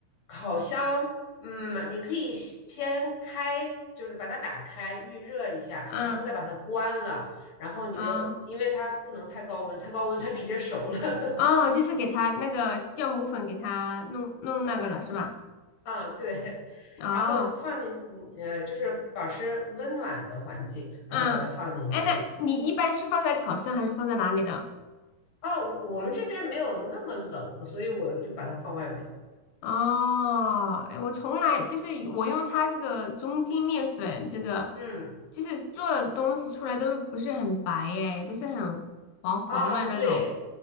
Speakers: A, on the left; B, on the left.
A: 烤箱，嗯，你可以先开，就是把它打开预热一下，
B: 嗯，
A: 然后再把它关了，然后你又因为它不能太高温，
B: 啊
A: 太高温它直接熟了。<laughs>
B: 哦，就是给它那个酵母粉给它弄弄那个了是吧？
A: 嗯嗯，对，
B: 哦，
A: 然后放进，嗯呃，就是保持温暖的环境，然后把它放进去。
B: 嗯，哎，那你一般是放在烤箱还是放在哪里的？
A: 哦，我我们这边没有那么冷，所以我就把它放外面了
B: 哦，哎，我从来就是我用它这个中筋面粉，这个
A: 嗯。
B: 就是做的东西出来都不是很白哎，都是很黄黄的那种，
A: 哦，对，